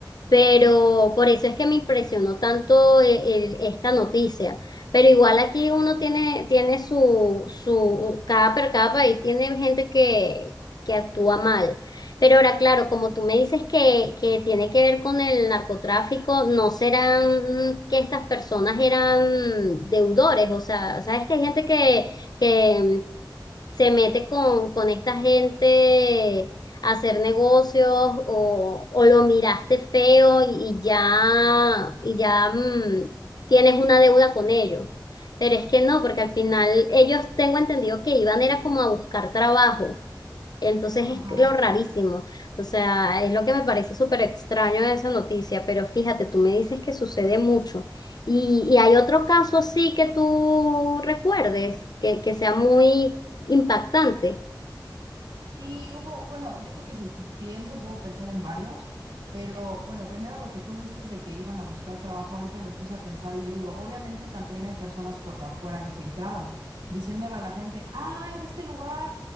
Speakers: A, on the left; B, on the right.
A: Pero por eso es que me impresionó tanto el- el- esta noticia. Pero igual aquí uno tiene, tiene su, su, cada, per- cada país tiene gente que, que actúa mal. Pero ahora, claro, como tú me dices que, que tiene que ver con el narcotráfico, ¿no serán que estas personas eran deudores? O sea, sabes que hay gente que, que, se mete con, con esta gente a hacer negocios o, o lo miraste feo y, y ya, y ya mm, tienes una deuda con ellos. Pero es que no, porque al final ellos tengo entendido que iban era como a buscar trabajo. Entonces
B: Ajá.
A: es lo rarísimo, o sea, es lo que me parece súper extraño de esa noticia, pero fíjate, tú me dices que sucede mucho. ¿Y, y hay otro caso así que tú recuerdes, que, que sea muy impactante?
B: Sí, hubo, bueno, yo creo que si pienso, puedo pensar en varios, pero bueno, primero lo que tú dices de que iban a buscar trabajo, ahorita me puse a pensar y yo digo, obviamente también hay personas por afuera infiltradas, diciéndole a la gente, ay, ve a este lugar,